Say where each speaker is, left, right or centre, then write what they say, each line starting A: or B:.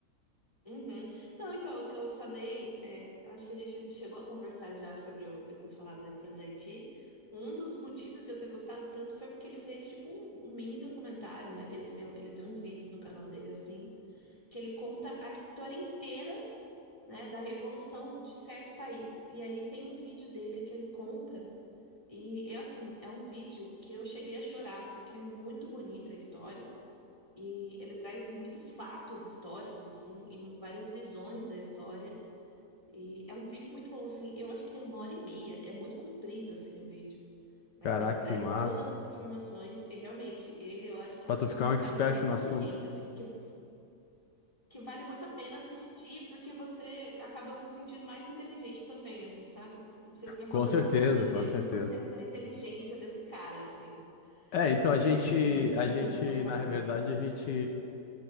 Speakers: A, on the left; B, on the left.
A: Uhum. Então, então, o que eu falei, é, acho que a gente chegou a conversar já sobre eu, eu ter falado da história da Haiti. Um dos motivos de eu ter gostado tanto foi porque ele fez, tipo, um, um mini documentário, né? Que eles têm, ele tem uns vídeos no canal dele, assim, que ele conta a história inteira, né, da revolução de certo país. E aí tem um vídeo dele que ele conta, e é assim, é um vídeo que eu cheguei a chorar, porque é muito bonita a história. E ele traz muitos fatos históricos, assim, e várias visões da história. E é um vídeo muito bom, assim. Eu acho que tem uma hora e meia. É muito comprido, assim, o vídeo. Mas
B: Caraca,
A: ele traz
B: que massa.
A: todas as informações e realmente ele eu acho que
B: Pra
A: é um
B: tu ficar
A: um dos
B: um expert
A: caras mais
B: no
A: inteligentes,
B: assunto.
A: assim, que, que vale muito a pena assistir, porque você acaba se sentindo mais inteligente também, assim, sabe? Você fica falando,
B: Com certeza,
A: nossa, eu queria ter
B: com certeza.
A: um por cento da inteligência desse cara, assim.
B: É, então
A: É,
B: a gente,
A: é mu- vale
B: a gente,
A: muito
B: na
A: a pena.
B: verdade, a gente,